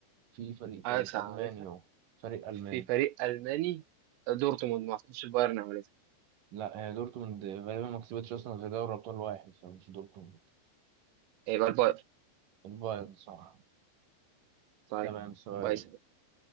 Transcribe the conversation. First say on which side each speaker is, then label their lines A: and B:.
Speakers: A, on the right (about 50°); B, on the right (about 85°).
A: في فريق تالت
B: أياكس
A: ألماني
B: عملتها
A: هو فريق ألماني
B: في فريق ألماني آه، دورتموند ما أعتقدش البايرن عملتها
A: لا هي دورتموند غالبا ما كسبتش اصلا غير دوري ابطال واحد فمش دورتموند
B: إيه، يبقى البايرن
A: البايرن صح
B: طيب
A: تمام سؤالك
B: كويس